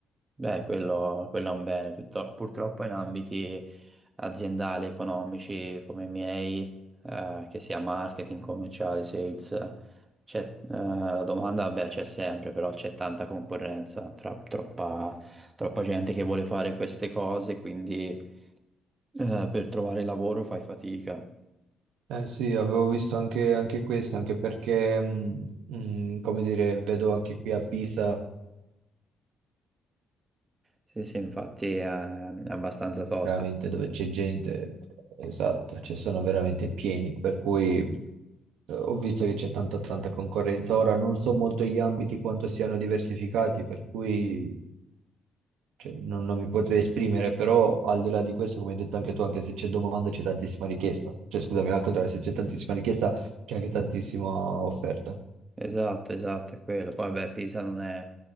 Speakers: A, on the right; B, on the right.
A: Beh, quello, quello è un bene, piutto- purtroppo in ambiti aziendali, economici come i miei, eh, che sia marketing, commerciale, sales, eh, c'è, eh, la domanda, vabbè, c'è sempre, però c'è tanta concorrenza, tra- troppa, troppa gente che vuole fare queste cose, quindi, eh, per trovare lavoro fai fatica.
B: Eh sì, avevo visto anche, anche questo, anche perché, mh, mh, come dire, vedo anche qui a Pisa,
A: Sì, sì, infatti è, è abbastanza tosta.
B: veramente dove c'è gente, esatto, cioè sono veramente pieni, per cui eh, ho visto che c'è tanta tanta concorrenza. Ora non so molto gli ambiti quanto siano diversificati, per cui cioè, non, non mi potrei esprimere, però al di là di questo, come hai detto anche tu, anche se c'è domanda c'è tantissima richiesta, cioè scusami, al contrario, se c'è tantissima richiesta c'è anche tantissima offerta.
A: Esatto, esatto, è quello. Poi, vabbè, Pisa non è